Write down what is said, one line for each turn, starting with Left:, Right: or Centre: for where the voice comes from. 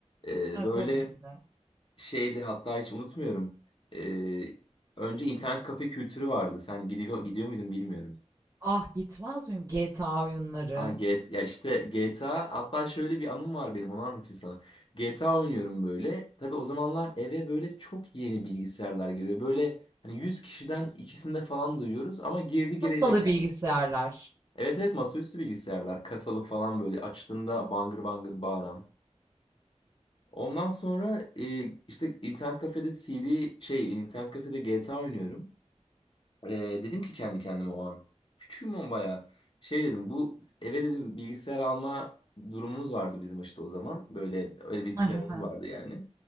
Left: Ee,
Right: Ha,
Left: böyle
Right: tabii ki de.
Left: şeydi hatta hiç unutmuyorum. Ee, önce internet kafe kültürü vardı. Sen gidiyor, gidiyor muydun bilmiyorum.
Right: Ah gitmez miyim GTA oyunları?
Left: Aa, G- T A, ya işte GTA hatta şöyle bir anım var benim onu anlatayım sana. GTA oynuyorum böyle. Tabii o zamanlar eve böyle çok yeni bilgisayarlar giriyor. Böyle hani 100 kişiden ikisinde falan duyuyoruz ama girdi girecek
Right: Masalı
Left: yani.
Right: bilgisayarlar.
Left: Evet evet masaüstü bilgisayarlar kasalı falan böyle açtığında bangır bangır bağıran. Ondan sonra e, işte internet kafede CD şey internet kafede GTA oynuyorum. Ee, dedim ki kendi kendime o an. Küçüğüm ama bayağı. Şey dedim bu eve dedim bilgisayar alma durumumuz vardı bizim işte o zaman. Böyle öyle bir
Right: <laughs>
Left: planımız vardı yani.